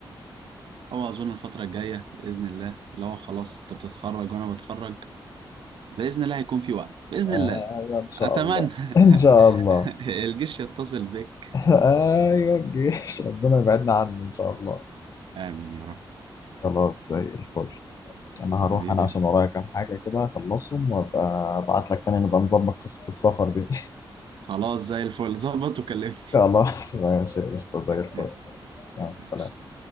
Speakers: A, on the right; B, on the left.
A: هو أظن الفترة الجاية بإذن الله اللي هو خلاص أنت بتتخرج وأنا بتخرج بإذن الله هيكون في وقت بإذن
B: آه
A: الله
B: أيوة، إن شاء
A: أتمنى
B: الله <laughs> إن شاء الله
A: <laughs> الجيش يتصل بك
B: <laughs> أيوة الجيش ربنا يبعدنا عنه إن شاء الله
A: آمين يا رب
B: خلاص زي الفل انا هروح
A: حبيبي
B: انا عشان ورايا كام حاجة كده اخلصهم وابقى ابعت لك تاني نبقى نظبط قصة السفر دي
A: خلاص زي الفل ظبط وكلمني
B: <laughs> خلاص ماشي قشطة زي الفل
A: <laughs>
B: مع السلامة
A: ماشي